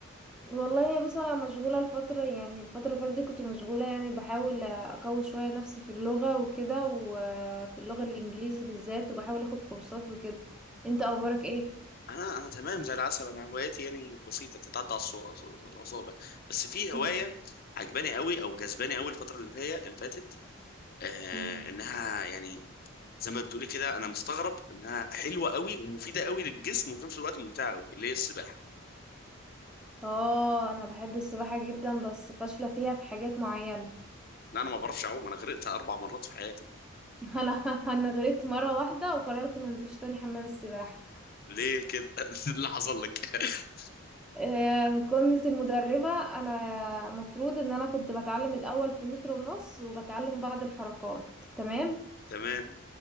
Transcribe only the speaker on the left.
انا انا تمام زي العسل انا هواياتي يعني بسيطة تتعدى على الصو- الاصابع بس في هواية
عجباني قوي او جذباني قوي الفترة اللي فيها اللي فاتت آه
انها يعني زي ما بتقولي كده انا مستغرب انها حلوة قوي ومفيدة قوي للجسم وفي نفس الوقت ممتعة قوي اللي هي السباحة
لا انا ما بعرفش اعوم انا غرقت اربع مرات في حياتي
ليه كده؟ <laughs> اللي حصل لك <laughs>
تمام